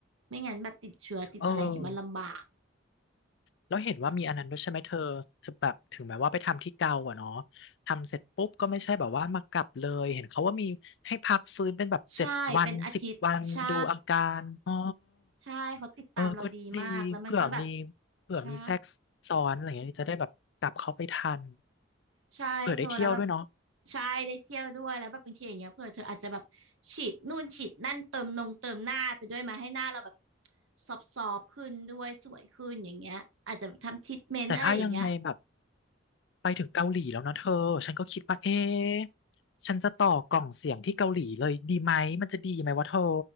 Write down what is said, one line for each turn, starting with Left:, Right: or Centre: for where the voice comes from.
Right: ไม่งั้นแบบติดเชื้อติดอะไรอย่างเงี้ยมันลำบาก
Left: เออแล้วเห็นว่ามีอันนั้นด้วยใช่ไหมเธอเธอแบบถึงแม้ว่าไปทำที่เกาอ่ะเนาะทำเสร็จปุ๊บก็ไม่ใช่แบบว่ามากลับเลยเห็นเขาว่ามีให้พักฟื้นเป็นแบบเจ็ดวันสิบวันดูอาการอ๋อ
Right: ใช่เป็นอาทิตย์ใช่ใช่เขาติดตามเราดีมากแล้วมันก็แบบ
Left: เออก็ดีเผื่อมีเผื่อมีแทรกซ้อนอะไรอย่างเงี้ยจะได้แบบกลับเข้าไปทัน
Right: ใช่ ใช่เธอแล้วแบบ
Left: เผื่อได้เที่ยวด้วยเนาะ
Right: ใช่ได้เที่ยวด้วยแล้วแบบบางทีอย่างเงี้ยเผื่อเธออาจจะแบบฉีดนู่นฉีดนั่นเติมนงเติมหน้าไปด้วยมาให้หน้าเราแบบซอบๆขึ้นด้วยสวยขึ้นอย่างเงี้ยอาจจะทำทรีทเมนต์อะไรอย่างเงี้ย
Left: แต่ถ้ายังไงแบบไปถึงเกาหลีแล้วนะเธอฉันก็คิดว่าเอ๊ะฉันจะต่อกล่องเสียงที่เกาหลีเลยดีไหมมันจะดีไหมวะเธอ